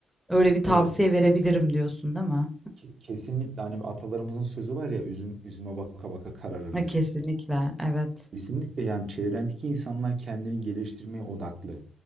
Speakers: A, in the centre; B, on the right.
A: Öyle bir tavsiye
B: Evet,
A: verebilirim diyorsun, değil mi?
B: ke- kesinlikle hani atalarımızın sözü var ya üzüm üzüme baka baka kararır
A: E,
B: diye.
A: kesinlikle, evet.
B: Kesinlikle yani çevrendeki insanlar kendini geliştirmeye odaklı.